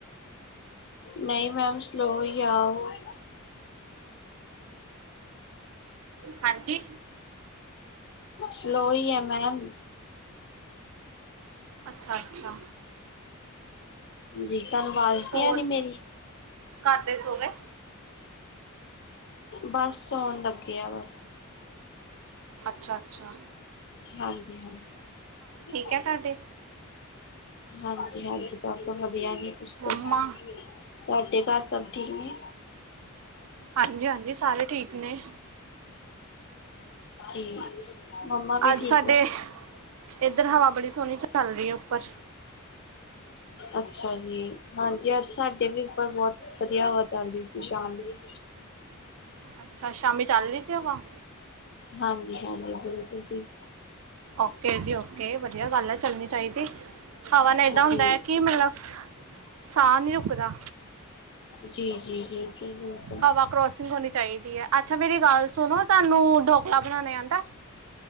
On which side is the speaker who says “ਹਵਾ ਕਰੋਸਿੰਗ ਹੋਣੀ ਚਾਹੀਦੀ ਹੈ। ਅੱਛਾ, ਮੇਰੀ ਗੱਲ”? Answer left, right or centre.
Right